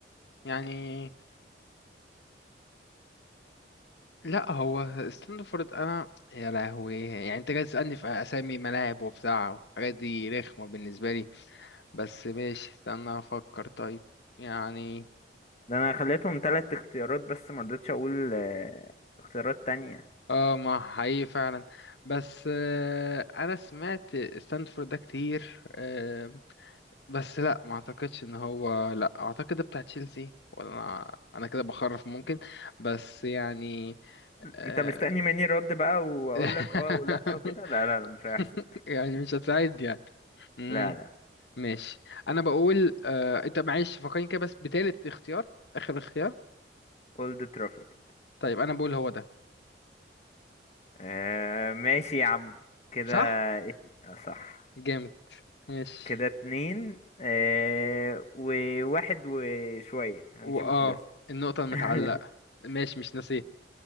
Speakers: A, on the left; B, on the left.
A: يعني لا هو ستاندفورد انا يا لهوي يعني انت جاي تسألني في اسامي ملاعب وبتاع الحاجات دي رخمة بالنسبة لي بس ماشي استنى افكر طيب يعني
B: ده انا خليتهم ثلاث اختيارات بس ما رضيتش اقول آه، اختيارات تانية
A: اه ما حقيقي فعلا بس آه انا سمعت ستاندفورد ده كتير آه بس لا ما اعتقدش ان هو لا اعتقد ده بتاع تشيلسي ولا انا انا كده بخرف ممكن بس يعني آه.
B: انت مستني مني رد بقى واقول
A: <laughs>
B: لك اه ولا وكده لا لا لا مش
A: <laughs>
B: هيحصل
A: يعني مش هتساعد يعني امم
B: لا لا
A: ماشي انا بقول آه... انت معلش فكرني كده بس بتالت اختيار اخر اختيار
B: اولد ترافورد
A: طيب انا بقول هو ده
B: آه ماشي يا عم كده
A: صح
B: ات... آه، صح
A: جامد ماشي
B: كده اتنين آه وواحد وشوية هنشوف
A: واه
B: لسه
A: النقطة المتعلقة
B: <laughs>
A: ماشي مش ناسيه